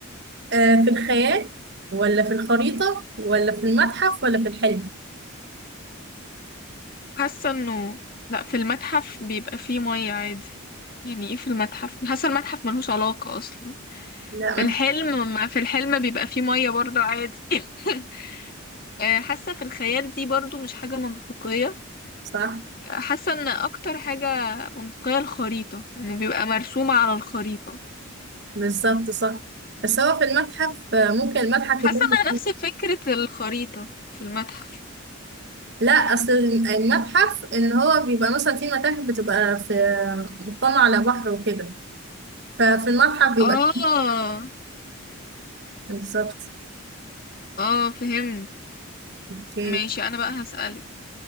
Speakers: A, on the right; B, on the left.
A: أه في الخيال ولا في الخريطة ولا في المتحف ولا في الحلم
B: حاسة انه لا في المتحف بيبقى فيه مية عادي يعني ايه في المتحف حاسة المتحف ملهوش علاقة اصلا
A: لا
B: في الحلم
A: ما في-
B: ما في الحلم بيبقى فيه مية برضه عادي <laughs> آه، حاسة في الخيال دي برضه مش حاجة منطقية
A: صح
B: آه، حاسة ان اكتر حاجة منطقية الخريطة انه بيبقى مرسومة على الخريطة
A: بالظبط صح بس هو في المتحف آه، ممكن المتحف
B: حاسة
A: يكون
B: انها نفس فكرة الخريطة في المتحف
A: لا اصل المتحف ان هو بيبقى مثلا في متاحف بتبقى في مطلة على بحر وكده ففي المتحف بيبقى
B: اه
A: بالظبط
B: اه فهمت
A: اوكي
B: ماشي انا بقى هسألك